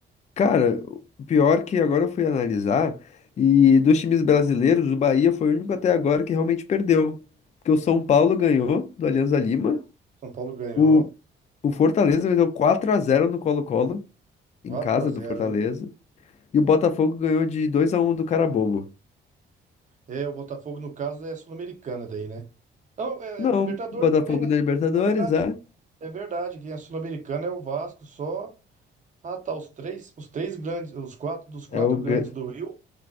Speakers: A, on the left; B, on the right.
A: Cara, o pior que agora eu fui analisar, e dos times brasileiros, o Bahia foi o único até agora que realmente perdeu. Porque o São Paulo ganhou do Alianza Lima,
B: São Paulo ganhou
A: o, o Fortaleza meteu quatro a zero no Colo-Colo, em
B: 4
A: casa
B: a zero,
A: do Fortaleza,
B: hein?
A: e o Botafogo ganhou de dois a um do Carabobo.
B: É, o Botafogo, no caso, é Sul-Americana daí, né? Não, é
A: Não,
B: é Libertadores
A: Botafogo
B: também, né?
A: na Libertadores,
B: É verdade.
A: é.
B: É verdade, quem é Sul-Americana é o Vasco só. Ah, tá, os três, os três grandes, os quatro dos quatro
A: É o,
B: grandes
A: gan-
B: do Rio,